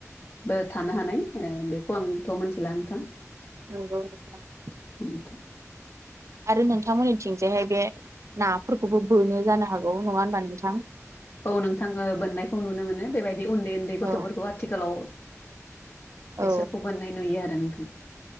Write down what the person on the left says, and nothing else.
बो थानो हानाय बेखौ आंथ' मिथिला नोंथां
नोंथां
औ नोंथाङो बोननायखौ नुनो मोनो बेबायदि उन्दै उन्दै
गथ'फोरखौ आथिखालाव
बेसोरखौ बोननाय नुयो आरो नोंथां